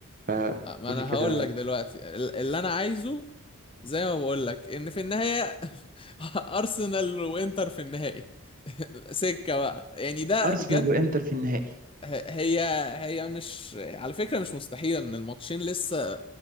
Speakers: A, on the right (about 40°); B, on the left (about 25°).
A: فقول
B: ما انا
A: لي كده
B: هقول لك دلوقتي ال- اللي انا عايزه زي ما بقول لك ان في النهايه <laughs> ارسنال وانتر في النهائي <laughs> سكه بقى يعني ده
A: ارسنال
B: بجد
A: وانتر في النهائي
B: ه- هي هي مش على فكره مش مستحيله ان الماتشين لسه